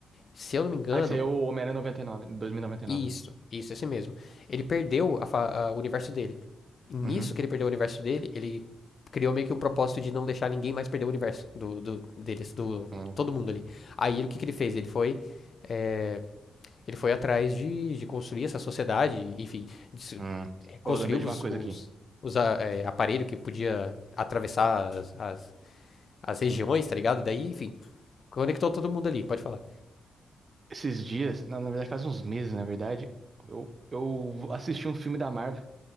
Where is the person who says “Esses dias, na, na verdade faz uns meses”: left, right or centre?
Right